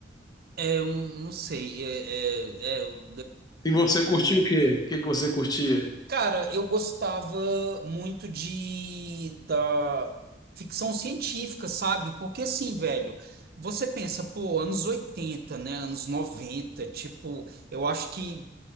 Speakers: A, on the right; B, on the left.
A: é, eu não sei, é, é, é, eu-
B: E você curtiu o quê? O que que você curtia?
A: Cara, eu gostava muito de da ficção científica, sabe? Porque assim, velho, você pensa, pô, anos 80 né? Anos 90 tipo, eu acho que